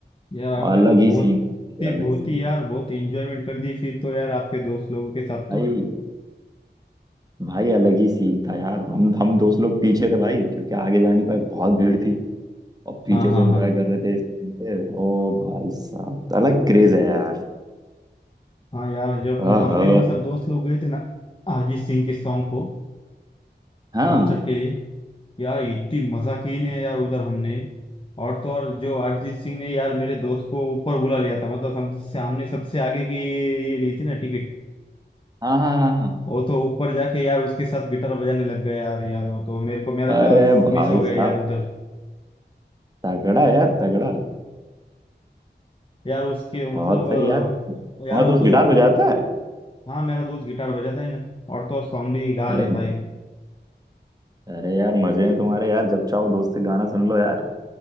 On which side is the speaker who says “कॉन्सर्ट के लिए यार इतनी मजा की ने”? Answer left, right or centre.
Left